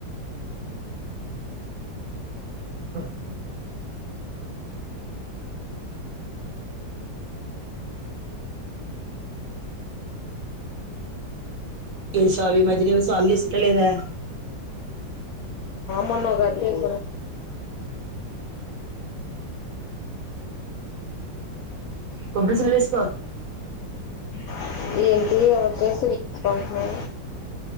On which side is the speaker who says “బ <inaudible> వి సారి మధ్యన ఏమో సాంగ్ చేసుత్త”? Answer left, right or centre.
Right